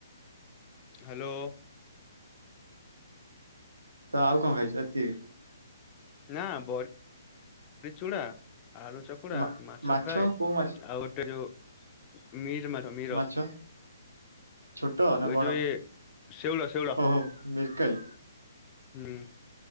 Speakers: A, on the left; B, on the right.
A: ହ୍ୟାଲୋ।
B: ତ ଆଉ କଁ ଖାଇଚୁ ଏତିକି?
A: ନା ବ ଚୂଡ଼ା ଆଳୁ ଚ କକୁଡା
B: ମା
A: ମାଛ ଫ୍ରାଏ ଆଉ
B: କୋଉ ମାଛ
A: ଗୋଟେ ଯୋଉ ମିର ମାର ମିର
B: ମାଛ ଛୋଟ ନା
A: ଏ
B: ବଡ
A: ଯୋ ଏ ଶେଉଳ ଶେଉଳ
B: ଓହୋ ମିରକାଳି
A: ହୁଁ।